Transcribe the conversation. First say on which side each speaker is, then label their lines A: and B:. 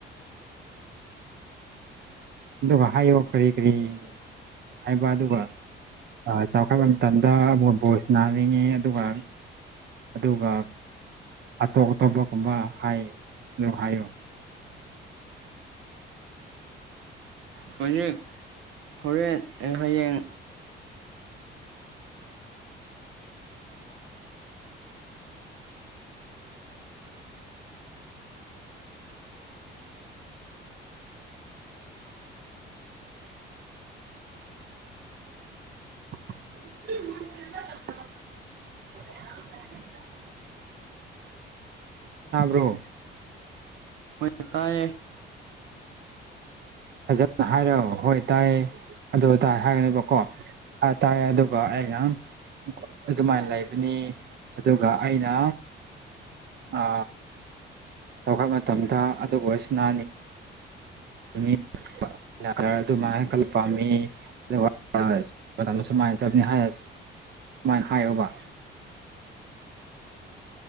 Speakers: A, on the right; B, on the right.
A: ꯑꯗꯨꯒ ꯍꯥꯏꯌꯣ ꯀꯔꯤ ꯀꯔꯤ ꯍꯥꯏꯕ ꯑꯗꯨꯒ ꯑ ꯆꯥꯎꯈꯠꯄ ꯃꯇꯝꯗ ꯕꯣ ꯕꯣꯜ ꯁꯅꯥꯅꯤꯡꯉꯤ ꯑꯗꯨꯒ ꯑꯗꯨꯒ ꯑꯇꯣꯞ ꯑꯇꯣꯞꯄꯒꯨꯝꯕ ꯍꯥꯏ <unintelligible> ꯍꯥꯏꯌꯨ
B: ꯍꯧꯖꯤꯛ ꯍꯣꯔꯦꯟ ꯑꯦ ꯍꯌꯦꯡ
A: <unintelligible> <unintelligible> ꯇꯥꯕ꯭ꯔꯣ
B: ꯍꯣꯏ ꯇꯥꯏꯌꯦ
A: ꯐꯖꯅ ꯍꯥꯏꯔꯣ ꯍꯣꯏ ꯇꯥꯏꯌꯦ ꯑꯗꯨ ꯇꯥꯏ ꯍꯥꯏꯒꯅꯨꯕꯀꯣ ꯑ ꯇꯥꯏ ꯑꯗꯨꯒ ꯑꯩ ꯌꯥꯝ ꯑꯗꯨꯃꯥꯏꯅ ꯂꯩꯕꯅꯤ ꯑꯗꯨꯒ ꯑꯩꯅ ꯑ ꯆꯥꯎꯈꯠ ꯃꯇꯝꯗ ꯑꯗꯨꯒ ꯋꯥꯔꯤꯁꯅꯥꯅꯤ ꯅꯨꯃꯤꯠ <unintelligible> ꯄꯥꯝꯃꯤ ꯅꯦꯠꯋꯥꯔꯀ <unintelligible> ꯆꯞꯅꯤ ꯍꯥꯏ ꯁꯨꯃꯥꯏꯅ ꯍꯥꯏꯌꯣꯕ